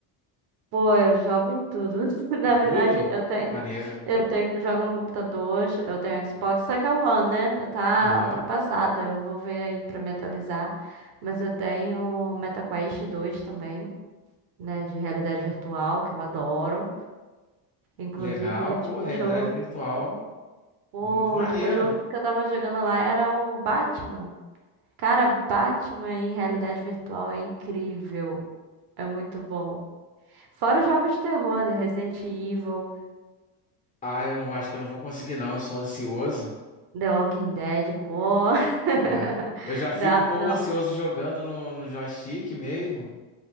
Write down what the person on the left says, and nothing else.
Tudo?
Maneiro.
Aham.
Legal,
pô, realidade
virtual.
Muito maneiro.
Ah, eu não acho que eu não vou conseguir, não. Eu sou ansioso.
É. Eu já fico
um pouco
ansioso jogando no, no joystick mesmo.